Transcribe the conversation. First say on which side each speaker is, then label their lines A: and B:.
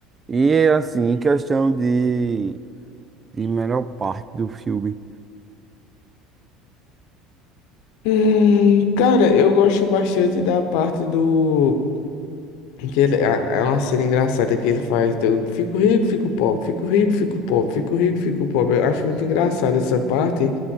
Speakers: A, on the right (about 25°); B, on the left (about 70°).
A: E assim, em questão de, de melhor parte do filme.
B: Hum, cara, eu gosto bastante da parte do Que ele, é é uma cena engraçada que ele faz do fico rico, fico pobre, fico rico, fico pobre, fico rico, fico pobre. Eu acho muito engraçada essa parte,